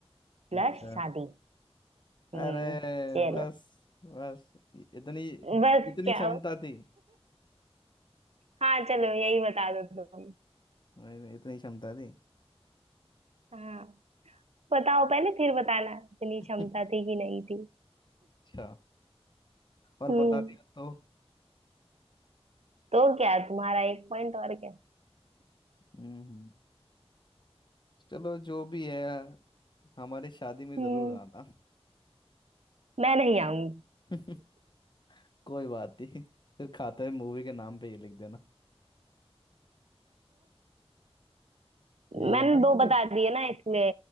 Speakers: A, on the right (about 75°); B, on the left (about 45°).
A: प्लस
B: अच्छा
A: शादी
B: अरे
A: हम्म चलो
B: बस बस इ- इतनी
A: बस
B: इतनी
A: क्या
B: क्षमता थी
A: हाँ चलो यही बता दो तुम
B: मैंने इतनी क्षमता थी
A: हाँ बताओ पहले फिर बताना इतनी
B: <laughs>
A: क्षमता थी कि नहीं थी
B: अच्छा और
A: हम्म
B: बता दिया तो
A: तो क्या तुम्हारा एक पॉइंट और क्या
B: हम्म चलो जो भी है हमारी शादी में
A: हम्म
B: जरूर आना
A: मैं नहीं आऊंगी
B: <laughs> कोई बात नहीं फिर खाते में मूवी के नाम पे ये लिख देना यही
A: मैंने
B: है ना
A: दो
B: मूवी
A: बता दिए ना इसलिए